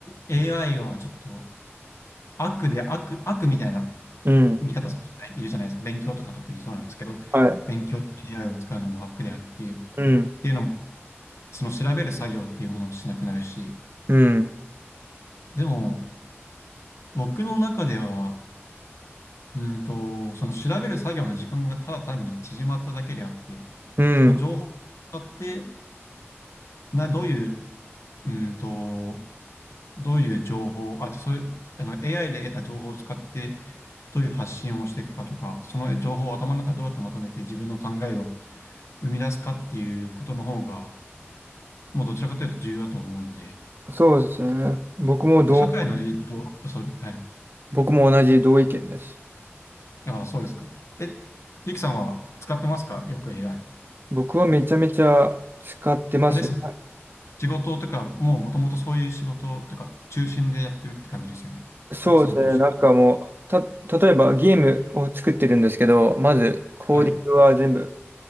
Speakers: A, on the left; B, on the right.
A: AI はちょっと悪で悪、悪みたいな
B: うん。
A: 見方する人いるじゃないですか。勉強とか特にそうなんですけど、
B: はい。
A: 勉強で AI を使うのは悪であるっていう、っ
B: うん。
A: ていうのも、その調べる作業っていうものをしなくなるし、
B: うん。
A: でも僕の中では、うんと、その調べる作業の時間がただ単に縮まっただけであって、
B: うん。
A: その情報を使って、な、どういううーんと、どういう情報、あとそういう、あの AI で得た情報を使ってどういう発信をしていくかとか、その情報を頭の中でどうやってまとめて自分の考えを生み出すかっていうことの方が、もうどちらかというと重要だと思うんで、
B: そうですね。僕も同
A: 社会の影響、そう、はい。
B: 僕も同じ同意見です。
A: ああ、そうですか。え、ゆきさんは使ってますかよく AI。
B: 僕はめちゃめちゃ使ってます。
A: あれですか仕事とか、もうもともとそういう仕事とか、中心でやってるって感じですよね。
B: そうですね。
A: 活動として。
B: なんかもう、た、例えばゲームを作ってるんですけど、まずコーディングは全部
A: はい。